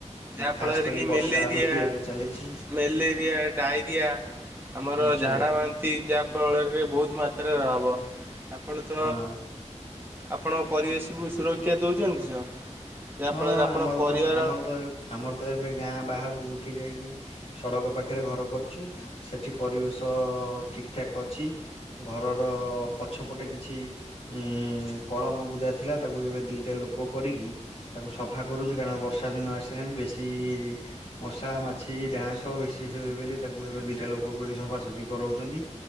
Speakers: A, on the right; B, on the left.
A: ଯାହା
B: ଖାସ
A: ଫଳରେ
B: କରି
A: କି
B: ବର୍ଷା
A: ମ୍ୟାଲେରିଆ
B: ଋତୁ ଏବେ ଚାଲିଛି
A: ମ୍ୟାଲେରିଆ ଡାଇରିଆ ଆମର
B: ଆଛା
A: ଝାଡ଼ା ବାନ୍ତି ଯାହାଫଳରେ ବହୁତ ମାତ୍ରାରେ ହେବ। ଆପଣ ତ
B: ହଁ।
A: ଆପଣଙ୍କ ପରିବେଶକୁ ସୁରକ୍ଷା ଦେଉଛନ୍ତି ତ? ଯାହାଫଳରେ
B: ହଁ
A: ଆପଣ
B: ଆମର
A: ପରିବାର
B: ତ ଆମର ତ ଏ ଆମର ତ ଏବେ ଗାଁ ବାହାରକୁ ଉଠି ଯାଇକି ସଡ଼କ ପାଖରେ ଘର କରିଚୁ ସେଠି ପରିବେଶ ଠିକ ଠାକ୍ ଅଛି। ଘରର ପଛପଟେ କିଛି ଉଁ କଳମବୁଦା ଥିଲା ତାକୁ ଏବେ ଦିଟା ଲୋକ କରିକି ତାକୁ ସଫା କରୁଚୁ କାରଣ ବର୍ଷା ଦିନ ଆସିଲାଣି ବେଶୀ ମଶା ମାଛି ଡାଁଶ ବେଶୀ ହେବେ ବୋଲି ତାକୁ ଏବେ ଦୁଇଟା ଲୋକ କରି ସଫାସଫି କରଉନ୍ତି।